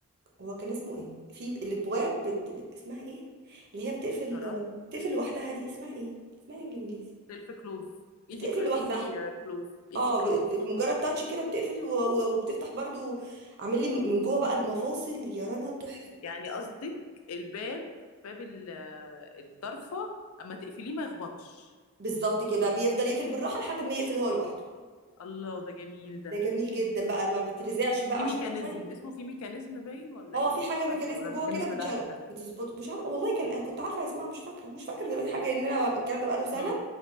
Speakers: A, on the right; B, on the left.
A: هو كان اسمه ايه في الابواب بت... اسمها ايه اللي هي بتقفل
B: جرار
A: بتقفل لوحدها دي اسمها ايه اسمها ايه بالانجليزي
B: سيلف كلوز
A: بتقفل
B: ايزي كلو
A: لوحدها
B: ايزي كلوز ايزي
A: اه
B: كلوز
A: ب... ب- مجرد تاتش كده بتقفل و... و... وبتفتح برضو عامل لي من جوه بقى المفاصل يا رنا تحفه
B: يعني قصدك الباب باب ال- الضرفة اما تقفليه ما يخبطش
A: بالظبط كده بيفضل يقفل بالراحه لحد ما يقفل هو لوحده
B: الله ده جميل
A: ده
B: ده
A: جميل جدا بقى ما بترزعش بقى
B: في
A: عشان
B: ميكانيزم
A: المية.
B: اسمه في ميكانيزم باين ولا
A: اه
B: ايه
A: في حاجه
B: مش
A: ميكانيزم
B: فاكرة ولا الميكانيزم
A: جوه كده بتش...
B: ده حاجة تانية
A: بتظبط مش عارفه والله كان كنت عارفه اسمها مش فاكره مش فاكره دلوقتي حاجه ان انا الكلام ده بقاله سنه
B: امم